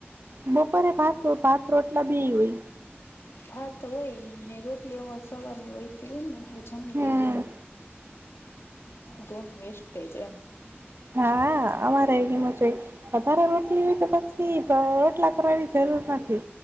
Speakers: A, on the right (about 60°); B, on the left (about 65°).
A: બપોરે ભાત ભાત રોટલા બી.
B: ભાત હોયને રોટલીમાં સવાર હોયતી હોય ને એટલે જમી
A: હમ
B: લીધું તુ ડોન્ટ વેસ્ટ જ એમ.
A: હા અમારે એમ જોય વધારે રોટલી હોય તો પછી રોટલા કરવાની. જરૂર નથી.